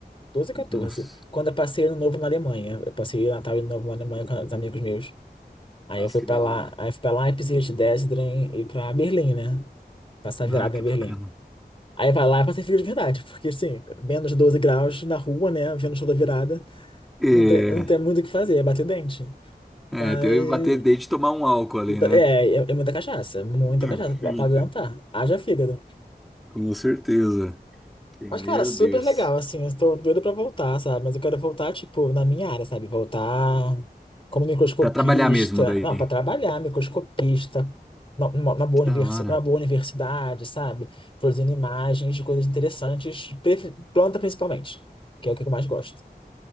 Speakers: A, on the left (about 30°); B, in the centre.
A: doze, catorze
B: Nossa.
A: quando eu passei Ano Novo na Alemanha. Eu passei Natal e Ano Novo na Alemanha com os amigos meus. Aí
B: Nossa,
A: eu fui
B: que
A: pra
B: da
A: lá,
B: hora.
A: aí fui pra Leipzig, Dresden e pra Berlim, né? Passar virada
B: Ah, que
A: em Berlim.
B: bacana.
A: Aí pra lá eu passei frio de verdade, porque assim, menos 12 graus na rua, né? Vendo o show da virada,
B: É,
A: não tem, não tem muito o que fazer, é bater dente.
B: é,
A: Mas,
B: teve que bater desde tomar um álcool ali, né?
A: é, é, é muita cachaça, muita
B: <laughs>
A: cachaça, pra
B: Eita,
A: pra aguentar. Haja fígado.
B: Com certeza. que
A: Mas,
B: meu
A: cara, super
B: Deus.
A: legal, assim, eu tô doida pra voltar, sabe? Mas eu quero voltar, tipo, na minha área, sabe? Voltar como microscopista,
B: Pra trabalhar mesmo daí.
A: não, pra trabalhar, microscopista, na, numa- na boa
B: Que
A: universi
B: da hora,
A: na boa universidade, sabe? Produzindo imagens de coisas interessantes, pre- planta principalmente, que é o que eu mais gosto.